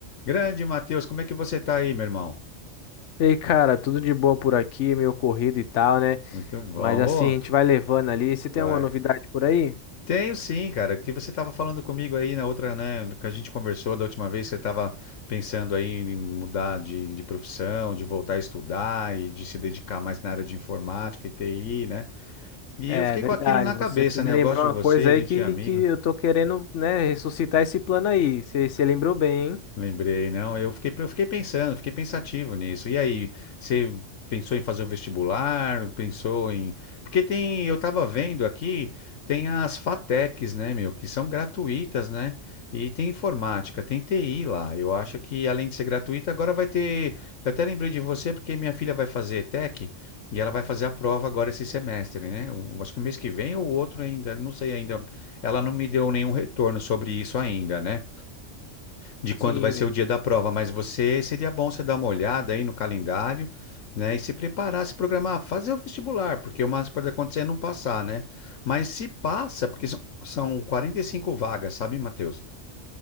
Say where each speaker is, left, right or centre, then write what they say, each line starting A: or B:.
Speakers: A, on the left; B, on the left.
A: Grande Matheus, como é que você tá aí, meu irmão?
B: E aí, cara, tudo de boa por aqui, meio corrido e tal, né?
A: Muito bom.
B: Mas assim,
A: Ô,
B: a gente vai levando ali. Você tem
A: vai.
B: alguma novidade por aí?
A: Tenho sim, cara, que você estava falando comigo aí na outra, né, que a gente conversou da última vez, você estava pensando aí em mudar de, de profissão, de voltar a estudar e de se dedicar mais na área de informática e TI, né? E
B: É
A: eu fiquei
B: verdade,
A: com aquilo na
B: você
A: cabeça,
B: me
A: né?
B: lembrou
A: Eu gosto de você,
B: uma coisa
A: a
B: aí
A: gente
B: que,
A: é amigo.
B: que eu tô querendo, né, ressuscitar esse plano aí. Você, você lembrou bem, hein?
A: Lembrei, não. Eu fiquei, eu fiquei pensando, fiquei pensativo nisso. E aí, você pensou em fazer o vestibular? Pensou em. Porque tem, eu tava vendo aqui, tem as FATECs, né, meu, que são gratuitas, né? E tem informática, tem TI lá. Eu acho que além de ser gratuita, agora vai ter. Eu até lembrei de você porque minha filha vai fazer ETEC e ela vai fazer a prova agora esse semestre, né? Eu acho que o mês que vem ou outro ainda, não sei ainda. Ela não me deu nenhum retorno sobre isso ainda, né? de quando
B: Sim,
A: vai ser o dia da prova, mas você seria bom você dar uma olhada aí no calendário, né, e se preparar, se programar, fazer o vestibular, porque o máximo que pode acontecer é não passar, né? Mas se passa, porque são, são 45 vagas, sabe, Matheus?